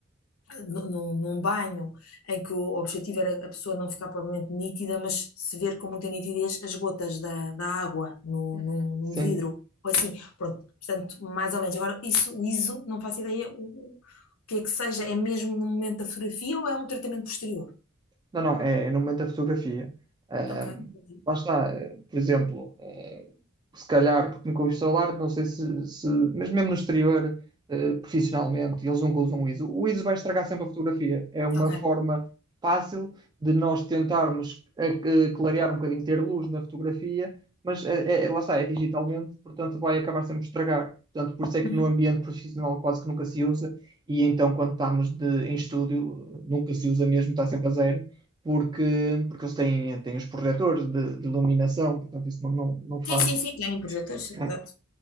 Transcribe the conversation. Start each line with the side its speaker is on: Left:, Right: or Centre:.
Left: no- no- num banho, em que o objetivo era a pessoa não ficar propriamente nítida, mas se ver com muita nitidez as gotas da, da água no,
Right: Uhum.
Left: num,
Right: Sim.
Left: num vidro, ou assim. Pronto, portanto, mais ou menos. Agora, isso, o ISO, não faço ideia o, o que é que seja. É mesmo no momento da fotografia ou é um tratamento posterior?
Right: Não, não, é, é no momento da fotografia. Ahm,
Left: Ok, entendi.
Right: lá está, eh, por exemplo, eh, se calhar, porque nunca o instalar, não sei se, se- mas mesmo no exterior, eh, profissionalmente, eles nunca usam o ISO. O ISO vai estragar sempre a fotografia. É uma
Left: ok.
Right: forma fácil de nós tentarmos eh, eh, clarear um bocadinho, ter luz na fotografia, mas eh, é, é- lá está, é digitalmente, portanto vai acabar sempre por estragar. Portanto, por isso é que
Left: Uhum.
Right: no ambiente profissional quase que nunca se usa, e então quando estamos de- em estúdio, nunca se usa mesmo, está sempre a zero porque, porque eles têm, têm os projetores de, de iluminação, portanto, isso não, não, não faz.
Left: Sim, sim, sim, tem projetores, sim,
Right: né,
Left: exato.